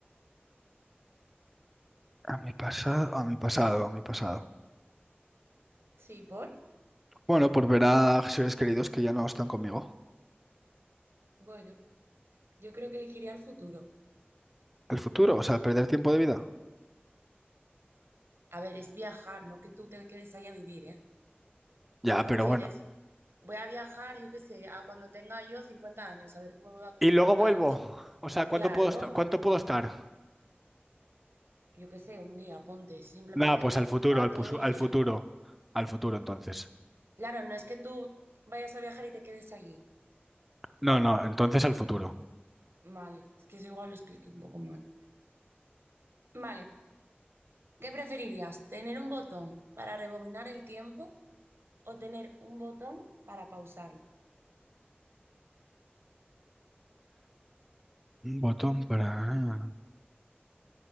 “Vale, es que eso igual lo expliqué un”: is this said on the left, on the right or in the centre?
Right